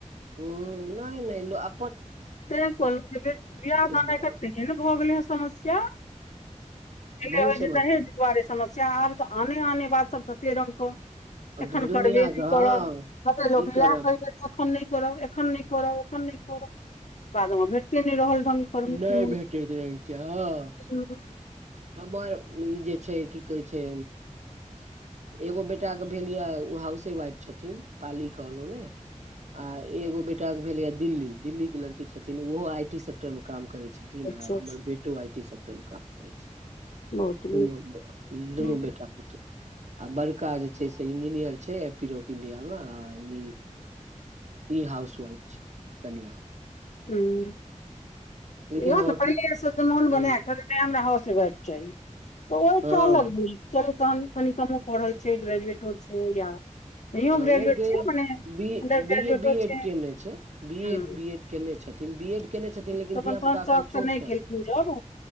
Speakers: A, on the right; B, on the left.
A: हां, नै-नै लो अ
B: तै कहलके बेटी के बिहा दान
A: छै हूँ
B: आय काएल तेहेन भऽ गेलै हे समस्या। पैहला
A: बहुत
B: रहै
A: समस्या
B: जे दहेज दुआरे सम स्या आब तऽ आने-आने बात सब तते रंग क एखन
A: दुनिया
B: करबे नै
A: के हँ
B: करब कते लोक
A: ई
B: इहाए
A: करऽ
B: कैह के एखन नै करब, एखन नै करब, एखन नै करब। बादमे भेटते नै रहल ढंग कर्म
A: नहि
B: के
A: भेटैत रहै छै हँ
B: <unintelligible>
A: हमर ई जे छै की कहै छै एगो बेटाके भेल या उ हाउसे वाइफ छथिन। पाली कहलौ नै आ एगो बे टा के भेलया दिल्ली, दिल्ली के लड़की छथिन उहो आई टी सेक्टर मे काम करै छथिन
B: अच्छा
A: आ
B: अच्छा
A: हमर बे टो आई टी सेक्टर मे काम करै छै
B: बहुत नीक
A: दुनू दुनू
B: इएह
A: बेटा पुतौ। आ बड़का जे छै से इंजीनियर छै पीरोक इंडिया मे आ ई ई हाउस वाइफ छै कनिया।
B: हुं।
A: लेकिन
B: याएह
A: हमर
B: नै पहिले से जे मोन
A: हँ
B: बना के नै हमरा हाउसे वाइफ चाही तऽ ओ एकटा
A: हँ
B: अलग भेलै। चलु तहन कनि कमो पढ़ल छै, ग्रेजुएटो छै या नहियो
A: आ
B: ग्रेजुएट
A: नै गे
B: छै मने
A: B
B: under
A: B
B: ग्रेजुएटो
A: A, B एड
B: छै
A: केने छै, बी
B: हँ
A: ए बीएड केने छथिन, बी एड कैने छथिन
B: तऽ
A: लेकिन
B: अपन
A: धिया
B: तहन
A: पुता
B: शौकसँ
A: एखन छोट
B: नहि
A: छ।
B: केलखिन जॉब